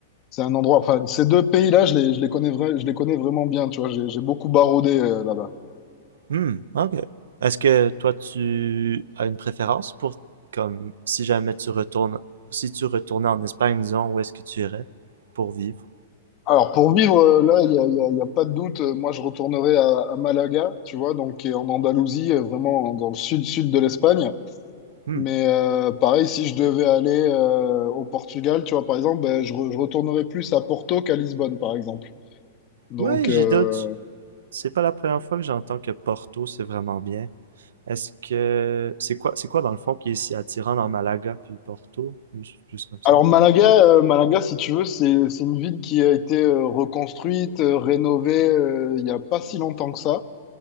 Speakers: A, on the left; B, on the right.
A: c'est un endroit. Enfin, ces deux pays-là, je les, je les connais vra- je les connais vraiment bien, tu vois. J'ai j'ai beaucoup baroudé euh, là-bas.
B: Hmm, ok. Est-ce que toi tu as une préférence pour comme si jamais tu retournes si tu retournais en Espagne, disons, où est-ce que tu irais pour vivre?
A: Alors, pour vivre euh, là, il y a, il y a- il y a pas de doute. euh, Moi, je retournerai à, à Malaga, tu vois, donc qui est en Andalousie, euh, vraiment dans le sud-sud de l'Espagne.
B: Hmm.
A: Mais euh, pareil, si je devais aller euh, au Portugal, tu vois, par exemple, ben, je, re- je retournerais plus à Porto qu'à Lisbonne, par exemple. Donc,
B: Ouais, j'ai
A: euh,
B: d'autres. C'est pas la première fois que j'entends que Porto, c'est vraiment bien. Est-ce que c'est quoi c'est quoi dans le fond qui est si attirant dans Malaga puis Porto? Juste, juste comme ça.
A: Alors Malaga, euh, Malaga, si tu veux, c'est c'est une ville qui a été euh, reconstruite, euh, rénovée euh, il n'y a pas si longtemps que ça.